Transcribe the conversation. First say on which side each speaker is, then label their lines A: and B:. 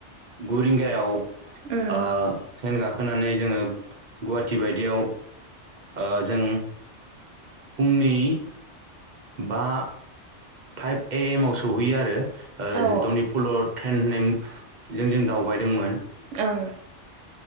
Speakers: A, on the right; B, on the right.
A: गु रिंगायाव ओ
B: उम
A: ट्रेन गाखो होनानै जोङो गुवाहाटि बायदियाव ओ जों फुंनि बा फाइभ ए एम आव सौहैयो आरो- ओ
B: औ
A: धनिपुल' ट्रेन होननायजों जों दावबायदोंमोन।
B: ओं।